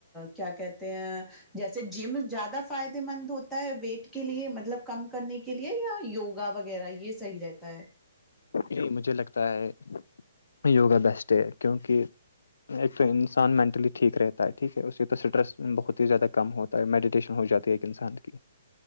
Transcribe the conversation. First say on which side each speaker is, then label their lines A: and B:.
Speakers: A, in the centre; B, on the left.
A: کیا کہتے ہیں جیسے جم زیادہ فائدے مند ہوتا ہے ویٹ کے لیے مطلب کم کرنے کے لیے یا یوگا وغیرہ یہ صحیح رہتا ہے
B: ج مجھے لگتا ہے یوگا بیسٹ ہے کیونکہ ایک تو انسان مینٹلی ٹھیک رہتا ہے ٹھیک ہے اس سے تو اسٹریس بہت ہی زیادہ کم ہو تا میڈیٹیشن ہو جاتی ہے ایک انسان کی